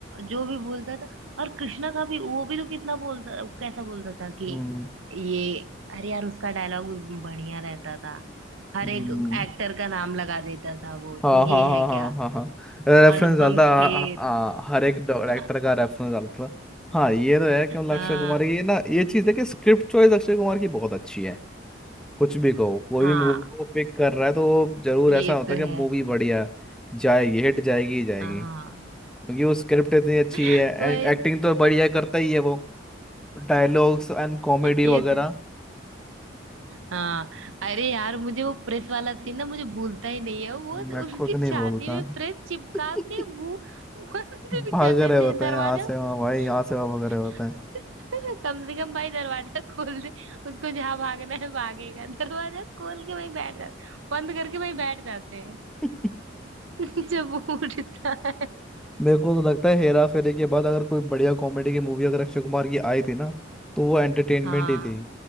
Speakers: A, on the right; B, in the centre.
A: जो भी बोलता था और कृष्णा का भी वो भी तो कितना बोलता कैसा बोलता था कि
B: हम्म
A: ये अरे यार उसका डायलॉग भी बढ़िया रहता था हर
B: हम्म,
A: एक एक्टर का नाम लगा देता था वो
B: हाँ
A: तू
B: हाँ
A: ये
B: हाँ
A: है
B: हाँ
A: क्या
B: हाँ हाँ रेफरेंस
A: अनुपम
B: डालता
A: खेर
B: हाँ, हाँ,
A: <laughs>
B: हर एक डायरेक्टर का रेफरेंस डालता हाँ ये तो है कि मतलब
A: हाँ
B: अक्षय कुमार की ना ये चीज़ है कि स्क्रिप्ट चॉइस अक्षय कुमार की बहुत अच्छी है कुछ भी कहो कोई
A: हाँ
B: भी मूवी को पिक कर रहा है तो जरूर
A: ये
B: ऐसा होता
A: तो
B: है कि मूवी
A: है
B: बढ़िया जाएगी हिट जाएगी ही जाएगी
A: हाँ
B: क्योंकि वो स्क्रिप्ट इतनी अच्छी
A: <laughs>
B: है
A: वही
B: एंड एक्टिंग
A: ना
B: तो बढ़िया करता ही है वो डायलॉग्स एंड कॉमेडी
A: ये
B: वगैरह
A: तो है। हाँ अरे यार मुझे वो प्रेस वाला सीन ना मुझे भूलता ही नहीं है वो
B: मैं
A: उसकी
B: खुद नहीं
A: छाती
B: बोलता
A: में प्रेस चिपका
B: <laughs>
A: के भू बंद भी
B: भाग
A: कर देते
B: रहे होते
A: हैं दरवाजा
B: हैं यहाँ से वहाँ भाई यहाँ से
A: <laughs>
B: वहाँ भाग रहे होते हैं
A: कम से कम भाई दरवाजा खोल दे उसको जहां भागना है भागेगा दरवाजा खोल के वहीं बैठ जाते बंद करके वहीं बैठ जाते हैं
B: <laughs>
A: <laughs> जब वो उठता है
B: मेरे को तो लगता है हेरा फेरी के बाद अगर कोई बढ़िया कॉमेडी की मूवी अगर अक्षय कुमार की आई थी ना तो वो एंटरटेनमेंट
A: हाँ
B: ही थी